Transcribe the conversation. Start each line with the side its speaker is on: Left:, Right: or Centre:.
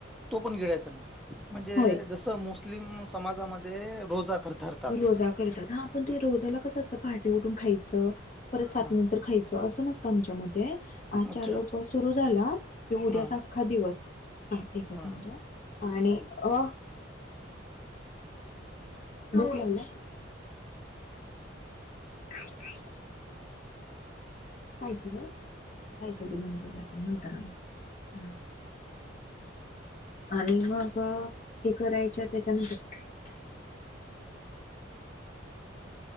Centre: तो पण गिडयचा नाही म्हणजे
Left: होय
Centre: जस मुस्लिम समाजामध्ये रोजा कर धरतात
Left: रोजा करतात हा आपण ते रोजाला कसं असतं पहाटी उठून खायचं परत सात
Centre: हं,
Left: नंतर खायचं असं नसतं आमच्या मध्ये आज
Centre: अच्छा
Left: चारला उपस सुरू झाला की उद्याचा
Centre: हं,
Left: अख्खा दिवस हा एकच
Centre: हं.
Left: मिनट आणि अ ह बला काय काय सायकल सायकल ते बंद पडली आपण नंतर हा आणि मग हे करायच त्याच्यानंतर